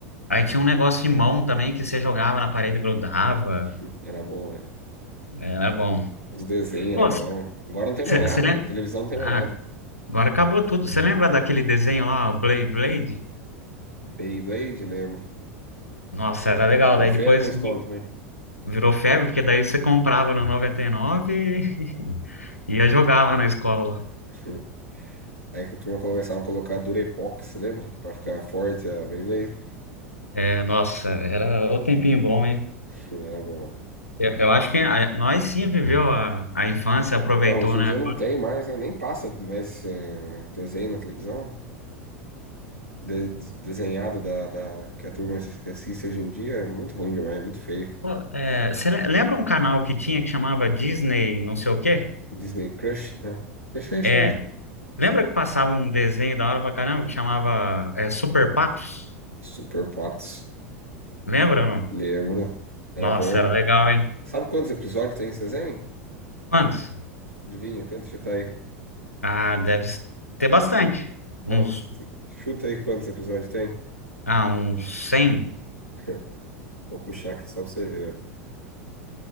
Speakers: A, on the left; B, on the right.
A: Aí tinha um negócio de mão também que você jogava na parede e grudava.
B: Hum, Era bom, velho.
A: Era bom.
B: Os desenhos
A: Pô,
B: era bom. Agora não tem mais
A: Você
B: nada,
A: lembra?
B: velho. Televisão não tem mais
A: Ah,
B: nada.
A: agora acabou tudo. Você lembra daquele desenho lá, o Blade Blade?
B: Beyblade, lembro.
A: Nossa, era legal.
B: Virou
A: Daí
B: febre
A: depois
B: na escola
A: vi-
B: também.
A: virou febre, porque daí você comprava no 99 e nove e <laughs> ia jogar lá na escola.
B: <laughs> Aí que a turma começava a colocar Durepox, lembra? Pra ficar forte a Beyblade.
A: É, nossa, era o tempinho bom, hein?
B: <laughs> Era bom. né?
A: Eu, eu acho que a- nós sim viveu a, a infância, aproveitou,
B: Então, hoje em
A: né?
B: dia não tem mais, né? Nem passa mais eh, desenho na televisão. De- de- desenhado da, da- que a turma assis- que assiste hoje em dia é muito ruim demais, muito feio.
A: Pô, é, você le- lembra um canal que tinha que chamava Disney, não sei o quê?
B: Disney Crush, né? Deixa isso,
A: É.
B: né?
A: Lembra que passava um desenho da hora pra caramba que chamava é, Super Patos?
B: Super Patos.
A: Lembra ou não?
B: Lembro. Era
A: Nossa,
B: bom,
A: era
B: né?
A: legal, hein?
B: Sabe quantos episódios tem esse desenho?
A: Quantos?
B: Adivinha, tenta chutar aí.
A: Ah, deve ter bastante. Uns,
B: Não, t- chuta aí quantos episódios tem.
A: ah, uns cem.
B: <laughs> Vou puxar aqui só pra você ver,